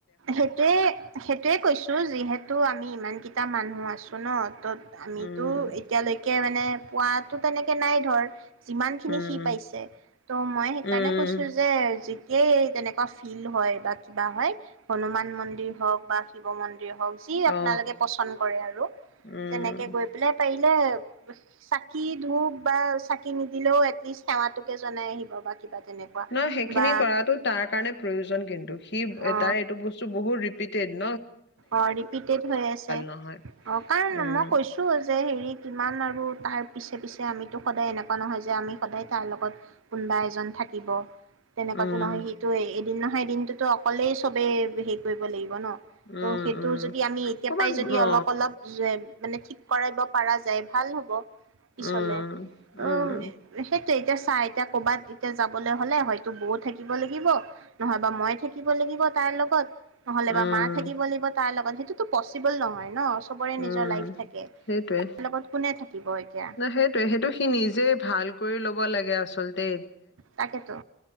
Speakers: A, on the right (about 80°); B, on the left (about 60°).
A: সেইটোয়ে সেইটোয়ে কৈছো যিহেতু আমি আমি ইমানকিটা মানুহ আছো ন ত আমিতো
B: উম
A: এতিয়ালৈকে মানে পোৱাতো তেনেকে নাই ধৰ যিমান খিনি
B: উম
A: সি পাইছে ত' মই সেইকাৰণে
B: উম
A: কৈছো যে যি সেই তেনেকুৱা ফিল হয় বা কিবা হয় হনুমান মন্দিৰ হওক বা শিৱ মন দিৰে হক যি আপোনালোকে
B: অ
A: পছন্দ কৰে আৰু
B: উম
A: তেনেকে গৈ পেলাই প বোলে চাকি ধূপ বা চাকি নিদিলেও এটলিষ্ট সেৱাটোকে জনাই আহিব বা কিবা তেনেকুৱা
B: নাই সেইখিনি
A: বা
B: কৰাটো তাৰ কাৰণে প্ৰয়োজন কিন্তু সি
A: অ
B: তাৰ এইটো বস্তু টু বহু ৰেপিটেড।
A: অ ৰিপিটেড হৈ আছে অ
B: নহয়
A: কাৰণ
B: উম
A: মই কৈছো যে হেৰি কিমান আৰু তাৰ পিছে পিছে আমিতো সদায় এনেকুৱা নহয় যে আমি সদায় তাৰ লগত কোনবা এজন থাকিব। তেনেকুৱাটো
B: উম
A: নহয় সেইটোৱেই এদিন নহয় এদিনটোতো অকলেই চবেই হেৰি কৰিব লাগিব ন?
B: উম
A: ত' সেইটো
B: উম
A: যদি আমি এতিয়া
B: ক'ৰবাত
A: পাই যদি
B: অ
A: অলপ অলপ মানে ঠিক কৰাইব পৰা যায় ভাল হ'ব। পিছলে
B: উম
A: ত
B: উম
A: সেই এতিয়া চা এতিয়া কবাত এতিয়া যাবলৈ হলে হয়তো বৌ থাকিব লাগিব নহয়বা মই থাকিব লাগিব তাৰ লগত। নহ'লে
B: উম
A: বা মাক। থাকিব লাগিব তাৰ লগত। সেইটোতো পচিবল নহয় ন ছবৰে
B: উম
A: নিজৰ লাইফ থাকে,
B: সেইটোৱে
A: তাৰ লগত কোনে থাকিব এতিয়া
B: ন সেইটোয়ে সেইটো সি নিজে ভাল কৰি ল'ব লাগে আচ চলতে,
A: তাকেতো